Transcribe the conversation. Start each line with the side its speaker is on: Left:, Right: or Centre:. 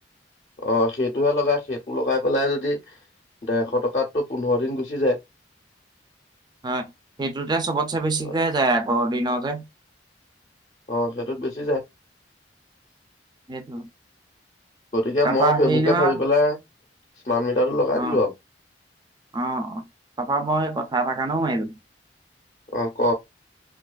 Left: অ সেইটোহে লগাই সেইটো লগাই পেলাই যদি ডেৰশ টকাতো পোন্ধৰ দিন গুচি যায়। <unintelligible>
Right: <inaudible> হয় সেইটোতে চবতছে বেছিকে
Left: অ
Right: যায় আকৌ এদিনতে।
Left: অ সেইটোত বেছি যায়।
Right: সেইটো
Left: গতিকে
Right: তাৰপা
Left: মই সেইবোৰকে
Right: হেৰি নহয়
Left: ভাবি পেলাই স্মাৰ্ট মিটাৰটো লগাই
Right: অ
Left: দিলো আৰু
Right: অ অ তাপা মই সেই কথা এটাৰ কাৰণেও মাৰিলোঁ।
Left: অ ক